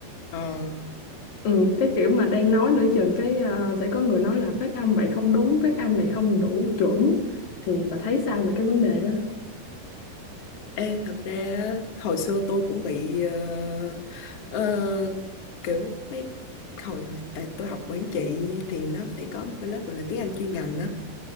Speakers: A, on the left (about 80°); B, on the left (about 50°).
A: Ờ,
B: Ừ, cái kiểu mà đang nói nửa chừng cái ờ, sẽ có người nói là phát âm vậy không đúng, phát âm này không đủ chuẩn thì bà thấy sao về cái vấn đề đó?
A: ê, thật ra á, hồi xưa tôi cũng bị ờ, ờ, kiểu mấy hồi, hồi tại tôi học quản trị thì nó phải có một cái lớp gọi là tiếng Anh chuyên ngành á